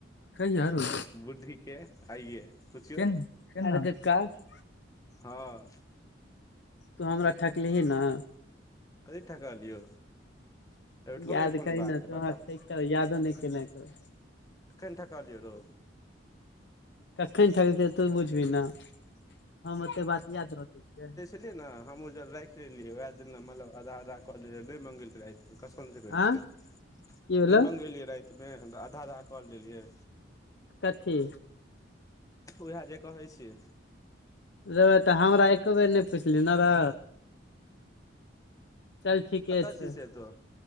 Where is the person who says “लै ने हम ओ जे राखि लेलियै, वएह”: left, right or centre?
Left